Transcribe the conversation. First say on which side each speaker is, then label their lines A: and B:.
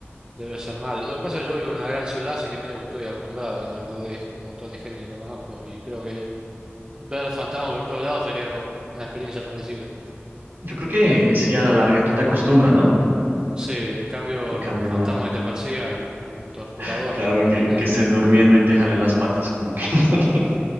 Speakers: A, on the right (about 20°); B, on the right (about 60°).
A: debe ser mal. Lo que pasa es que yo vivo en una gran ciudad, así que medio que estoy acostumbrado a que me rodee un montón de gente que no conozco, y creo que ver fantasmas por todos lados sería algo, una experiencia parecida.
B: yo creo que sí, a la larga tú te acostumbras, ¿no?
A: Sí, en cambio,
B: En cambio,
A: un fantasma que te persiga es como un torturador
B: <laughs> claro,
A: permanente.
B: en que, que estés durmiendo y te jalen las patas, como que <laughs>